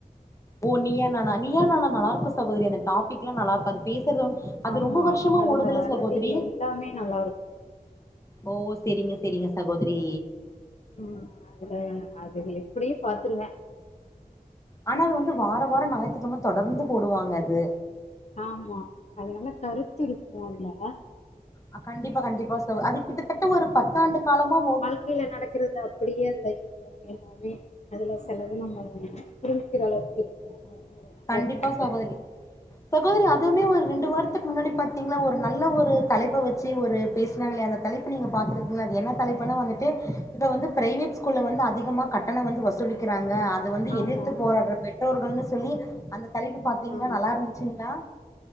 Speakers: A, on the left (about 20°); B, on the left (about 50°).
A: ஓ நீயா நானா நீயா நானா நல்லா இருக்கு சகோரி அந்த டாபிக்லா நல்லா இருக்கு அது பேசுறதல அது
B: ஆமா
A: ரொம்ப வருஷமா
B: அதுல
A: ஓடுதுல
B: வர்றது
A: சகோதரி
B: எல்லாமே நல்லா இருக்கு
A: ஓ செரிங்க செரிங்க சகோதரி
B: ம் அதுல அது எப்டியே பாத்துருவ
A: ஆனா அது வந்து வார வார ஞாயி்றுக்கெழம தொடர்ந்து போடுவாங்க அது
B: ஆமா அது நல்ல கருத்து இருக்கும் அதுல
A: ஆ கண்டிப்பா கண்டிப்பா சகோ அது கிட்டத்தட்ட ஒரு பத்தாண்டு காலமா ஓடு
B: கயில நடக்கறது அப்டியே அந்த இருக்கு எல்லாமே அதுல செலது நம்ம புரிஞ்சுக்கற அளவுக்கு இருக்கு அது கொஞ்சம் நல்லா
A: கண்டிப்பா
B: இருக்கு அப்ப
A: சகோதரி சகோதரி அதுவுமே ஒரு ரெண்டு வாரத்துக்கு முன்னாடி பாத்தீங்கல்லா ஒரு நல்ல ஒரு தலைப்ப வச்சு ஒரு பேசினாங்கில்லையா அந்த தலைப் நீங்க பாத்ருப்பீங்க அது என்ன தலைப்பு வந்துட்டு இப்ப வந்து பிரைவேட்ஸ் ஸ்கூல்ல வந்து அதிகமாக கட்டணம் வந்து வசூலிக் கிறாங்க அத அது வந்து
B: ஆமா
A: எதிர்த்து போராடுற பெற்றோர்கள்னு சொல்லி அந்த தலைப்பு பாத்தீங்களா
B: ஆ
A: நல்லா இருந்துச்சுங்களா